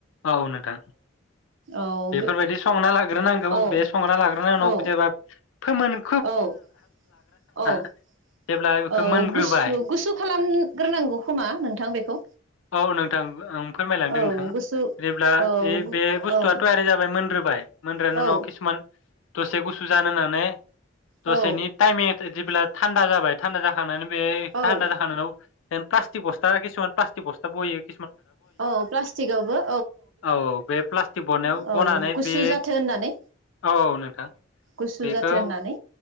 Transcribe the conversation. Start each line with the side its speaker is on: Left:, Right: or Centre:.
Left: औ नोंथां
Right: औ
Left: बेफोरबायदि
Right: बे
Left: संना लाग्रोनांगौ
Right: औ
Left: बे संना लाग्रोना उनाव
Right: औ
Left: जेबा फोमोन
Right: औ औ
Left: <unintelligible> जेब्ला बेखौ
Right: औ
Left: मोनग्रोबाय
Right: गुसु गुसु खालामग्रोनांगौ खोमा नोंथां बेखौ
Left: औ नोंथां आं फोरमायलांदों
Right: औ
Left: नोंथां
Right: गुसु
Left: जेब्ला
Right: औ
Left: बे बे बुस्थुआ
Right: औ
Left: थयारि जाबाय मोन रो बाय मोनग्रानि
Right: औ
Left: उनाव किसुमान दसे गुसु जानो होनानै दसेनि
Right: औ
Left: टाइ <unintelligible> जेब्ला थान्दा जाबाय थान्दा जाखांनानै
Right: औ
Left: थानदा जाखांनाय उनाव प्लासटिक बसथा <unintelligible> <unintelligible>
Right: अ प्लास्टकआवबो
Left: औ औ बे प्लास्टिक बनायाव
Right: औ
Left: बनानै
Right: गुसु
Left: बे
Right: जाथो होननानै
Left: औ औ नोंथां
Right: गुसु
Left: बेखौ
Right: जाथो होननानै